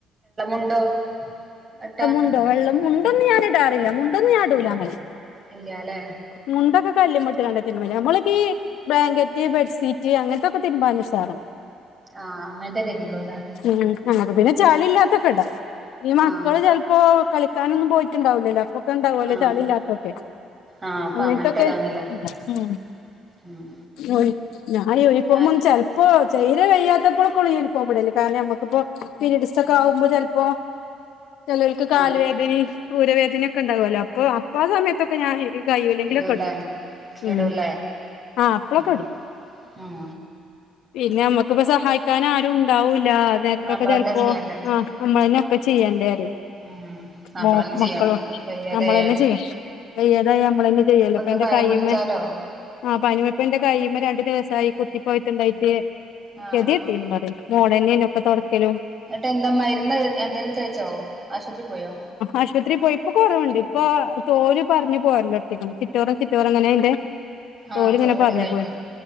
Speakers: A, on the right (about 35°); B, on the left (about 70°).
A: ണ്ടോ അട്ടാ
B: മുണ്ടോ വെള്ള മുണ്ടൊന്നും ഞാൻ ഇടാറില്ല മുണ്ടൊന്ന് ഞാൻടൂല അങ്ങനെ
A: ഇല്ല്യല്ലേ
B: മുണ്ടൊക്കെ കല്ല്മേ ഇട്ട്കണ്ട് തിരുമല് നമ്മളക്കെയി ബ്ലാങ്കറ്റ് ബെഡ്സീറ്റ് അങ്ങനത്തെക്കെ തീരുമ്പാന് ഉഷാറാണ്
A: ആഹ് അങ്ങനത്തെ തിരുമ്പോളൂല്ലേ
B: ഉം അങ്ങനത്തെ പിന്നെ ചളി ഇല്ലാത്തൊക്കെ ഇടാ ഈ മക്കള്
A: ആഹ്
B: ചെലപ്പോ കളിക്കാനൊന്നും പോയിട്ടുണ്ടാവുലല്ലോ ഒക്കെ ഉണ്ടാവുലോ
A: ആഹ്
B: ചളി ഇല്ലാത്തൊക്കെ
A: ആഹ് അപ്പൊ
B: അങ്ങനത്തൊക്കെ
A: അങ്ങനത്തെ ഇടാന്നില്ലേ
B: ഇടാം ഉം
A: ഉം
B: <unintelligible> ഞായ് യുനിഫോമും
A: ഞാൻ
B: ചെ പ്പോ ചെയ്ര് കയ്യാത്തപ്പോളൊക്കൊള്ളൂ യൂണിഫോം ഇടല് കാരണം നമ്മുക്കിപ്പോ പിരീഡസ് ഒക്കെ ആവുമ്പോ ചെലപ്പോ ചെലോല്ക്ക് കാല്
A: ആഹ്
B: വേദനേം ഊരവേദനൊക്കെ ഇണ്ടാവല്ലോ അപ്പോ അപ്പ ആ സമയത്തൊ ക്കെ ഞാൻ എക്ക് കയിയുല്ലങ്കിലൊക്കെ
A: ഇടൂല്ലേ
B: ഇടും ഉം
A: ഇടൂല്ലേ
B: ആഹ് അപ്പളൊക്കെ
A: ഉം
B: ഇടും
A: ഉം
B: പിന്നെ നമ്മക്കിപ്പ സഹായിക്കാനും ആരും ഉണ്ടാവൂലാ ആ നേരത്തൊക്കെ
A: നമ്മളന്നെ
B: ചെലപ്പോ
A: ചെയ്യണ്ടേ
B: ആഹ് നമ്മള് തന്നെ ഒക്കെ ചെയ്യണ്ടേറയും
A: ഉം നമ്മളന്നെ
B: മോക്ക് മക്കള്
A: ചെയ്യണം വയ്യാതായാലും
B: നമ്മളന്നെ ചെയ്യാ വെയ്യാതായാ നമ്മളെന്നെ ചെയ്യോല്ലോ
A: ഒന്ന്
B: ഇപ്പ എന്റെ
A: പനി
B: കയ്യ്മ്മെ
A: പിടിച്ചാലോ
B: ആഹ് പനിമെ ഇപ്പ ഇന്റെ കയ്യിമ്മെ രണ്ട് ദിവ്സായി കുത്തി പൊയ്ത്ത് ഇണ്ടായിട്ട്
A: ആഹ്
B: കെതെട്ത്തിന്നും
A: ആഹ്
B: പറിം മോളെന്നെയ്ന്നു അപ്പ തൊട്ക്കെലും
A: എന്നെട്ട് എന്താ മര്ന്ന് എന്തേലും തേച്ചോ ആശുപത്രി പോയോ?
B: ആശുപത്രിയി പോയി ഇപ്പ കൊറവ് ഇണ്ട് ഇപ്പൊ തോല് പർഞ്ഞ് പോരെലൊട്ത്തിക്ക്ണ് ചിറ്റോറം ചിറ്റോറം ഇങ്ങനെ അയിന്റെ
A: ആഹ്
B: തോലിങ്ങനെ
A: തോല്
B: പറഞ്ഞു
A: തായിട്ട്
B: പോരും